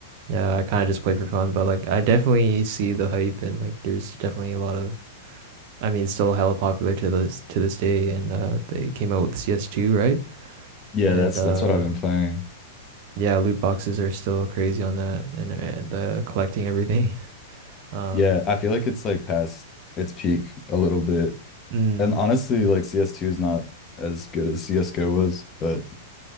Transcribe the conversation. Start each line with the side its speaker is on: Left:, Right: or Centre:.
Right: yeah, I kind of just played for fun, but like, I definitely see the hype and like, there's definitely a lot of I mean, still hella popular to this to this day, and uh, they came out with CS2, right?
Left: Yeah,
Right: And
Left: that's
Right: uh,
Left: that's what I've been playing.
Right: yeah, loot boxes are still crazy on that, and and the collecting everything. <laughs> Um,
Left: Yeah, I feel like it's like past its peak a little bit.
Right: mm,
Left: And honestly, like CS2 is not as good as CS:GO was, but